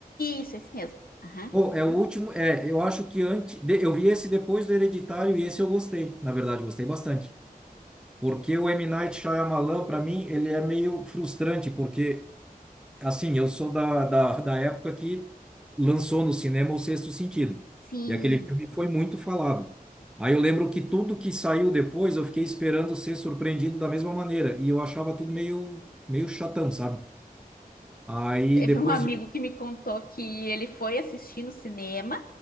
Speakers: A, on the left; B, in the centre.
A: Isso, esse mesmo. Aham.
B: Pô, é o último, é, eu acho que antes, de- eu vi esse depois do Hereditário e esse eu gostei, na verdade, gostei bastante. Porque o M. Night Shyamalan, para mim, ele é meio frustrante, porque Assim, eu sou da, da, da época que lançou no cinema O Sexto Sentido.
A: Sim.
B: E aquele filme foi muito falado. Aí eu lembro que tudo que saiu depois eu fiquei esperando ser surpreendido da mesma maneira. E eu achava tudo meio, meio chatão, sabe? Aí
A: Teve
B: depois
A: um amigo
B: de.
A: que me contou que ele foi assistir no cinema